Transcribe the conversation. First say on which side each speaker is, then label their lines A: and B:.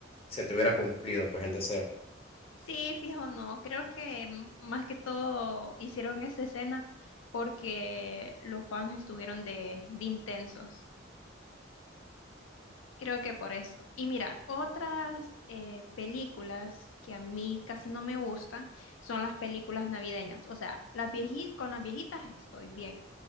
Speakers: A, on the left; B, on the left.
A: se te hubiera cumplido pues el deseo.
B: Sí, fijo, no, creo que m- más que todo hicieron esa escena porque los fans estuvieron de, de intensos. Creo que por eso. Y mira, otras eh, películas que a mí casi no me gustan son las películas navideñas. O sea, las vieji- con las viejitas estoy bien,